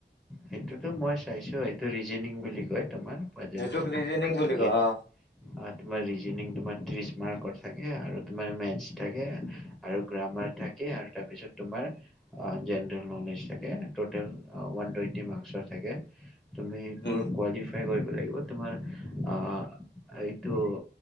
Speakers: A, in the centre; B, on the left.
A: সেইটোতো মই চাইছো এইটো ৰিজনিঙ বুলি কয়। তোমাৰ পাজেলবোৰ
B: সেইটোক ৰিজনিং বুলি কয়
A: এইট
B: অ
A: অ তোমাৰ ৰিজনিং তোমাৰ তিৰিছ মাৰ্কৰ থাক থ আৰু তোমাৰ <unintelligible> থাকে আৰু গ্ৰামাৰ থাকে আৰু তাৰপিছত তোমাৰ জেনেৰেল নলেজ থাকে টোটেল ওৱান টুৱেণ্টি মাৰ্কচৰ থাকে তুমি সেইবোৰ
B: উম
A: কোৱালিফাই কৰিব লাগিব তোমাৰ অ এইটো